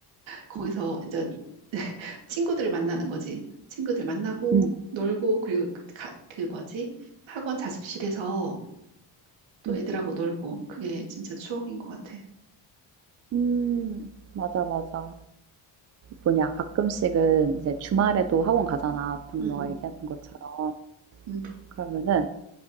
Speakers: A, on the right; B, on the right.
A: 거기서
B: 음.
A: 이제 <laughs> 친구들을 만나는 거지. 친구들 만나고
B: 음. 음.
A: 놀고 그리고 그, 가- 그 뭐지? 학원 자습실에서 또
B: 음.
A: 애들하고 놀고 그게 진짜 추억인 것 같아.
B: 음, 맞아, 맞아. 뭐냐, 가끔씩은 이제 주말에도
A: 응,
B: 학원 가잖아. 방금
A: 응,
B: 너가
A: 응,
B: 얘기했던 것처럼.
A: 응.
B: 그러면은